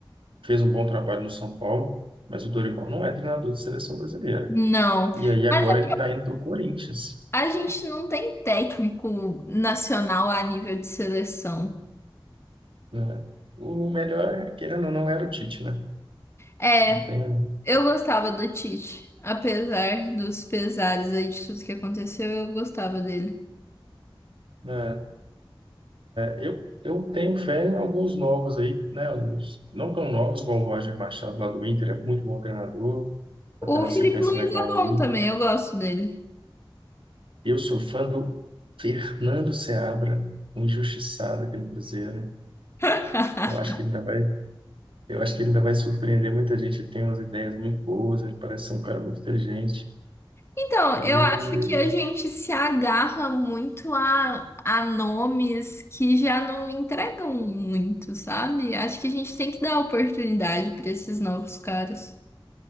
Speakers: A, on the right; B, on the left.
A: fez um bom trabalho no São Paulo, mas o Dorival não é treinador de seleção brasileira.
B: Não.
A: E aí agora
B: Mas é
A: ele está indo para o Corinthians,
B: A gente não tem técnico nacional a nível de seleção.
A: né? O melhor, querendo ou não, era o Tite, né?
B: É,
A: Não tem,
B: eu gostava do Tite, apesar dos pesares aí de tudo que aconteceu, eu gostava dele.
A: né? Eu, eu tenho fé em alguns novos aí, né? Uns não tão novos, como o Roger Machado lá do Inter, é muito bom treinador,
B: O
A: tá tendo uma
B: Felipe
A: sequência
B: Luiz
A: legal
B: é bom
A: aí.
B: também, eu gosto dele.
A: Eu sou fã do Fernando Seabra, um injustiçado aqui no Cruzeiro.
B: <laughs>
A: Eu acho que ele ainda vai, eu acho que ele ainda vai surpreender muita gente. Ele tem umas ideias muito boas, ele parece ser um cara muito inteligente.
B: Então,
A: E,
B: eu acho que a gente se agarra muito a, a nomes que já não entregam muito, sabe? Acho que a gente tem que dar oportunidade para esses novos caras.